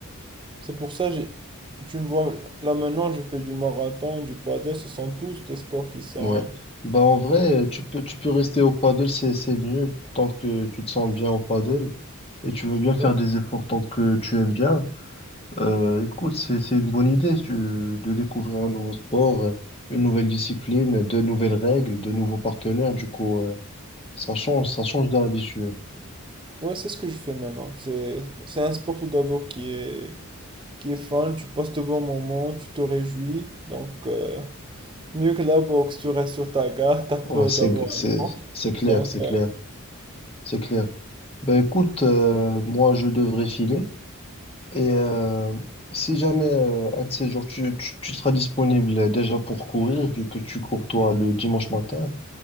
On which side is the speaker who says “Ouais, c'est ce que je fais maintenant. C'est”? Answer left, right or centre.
Right